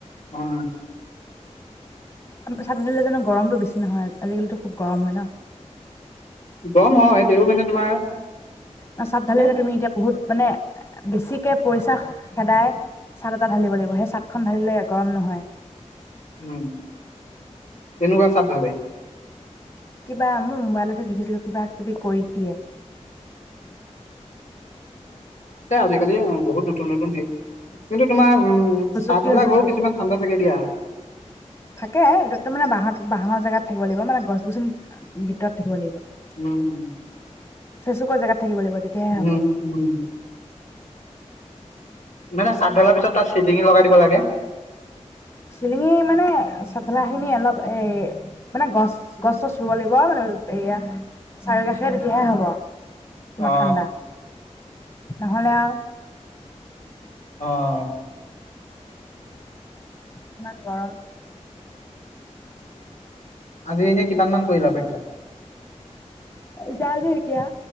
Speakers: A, on the left; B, on the left.
A: অ',
B: ছাটডিলে জানো গৰমটো বেছি নহয় আজিকালি তো খুব গৰম হয় ন।
A: গমৰ হয় তেও মানে তোমাৰ
B: ন' চাদ ঢালিলে
A: নে
B: তুমি এতিয়া বহুত মানে বেছিকে পইচা খেদাই চাদ এটা ঢালিব লাগিব সেই চাদখন ঢালিলে গৰম নহয়।
A: উম', এনেকুৱা স্বাদ ধালে
B: কিবা মই মোবাইলতহে দেখিছিলো কিবা কিবি কৰি দিয়ে।
A: কি খালি বহুত নতুন -নতুন কিন্তু তোমাৰ উম',
B: প্ৰযুক্তি
A: চাত চাদ ধালা
B: হৈছে
A: ঘৰো
B: যো
A: কিছুমান ঠাণ্ডা থাকে দিয়া।
B: থাকে এতিাততো মানে বাহৰ -বাঁহৰ জেগাত থাকিব লাগিব মানে গছ গছনি ভিতৰত থাকিব লাগিব।
A: উম', - উম',
B: চেচুকৰ জেগাত থাকিব লাগিব। তেতিয়াহে
A: উম',
B: হ'ব
A: - উম', মানে চাট ধলাৰ পিছত তাত চিটিঙি লগাই দিব লাগে।
B: চিলিঙি মানে চঠেলা খিনি অলপ এ', মানে গছ গছছ ৰুব লাগিব মানে এয়া', চাৰি কাষে তেতিয়াহে হব। তোমাৰ
A: অ
B: ঠাণ্ডা নহলে আৰু?
A: অ',
B: ইমান গৰম?
A: আজি এনেক কিমান মান পৰিলা পৰীক্ষাত?
B: যা', যো এতিয়া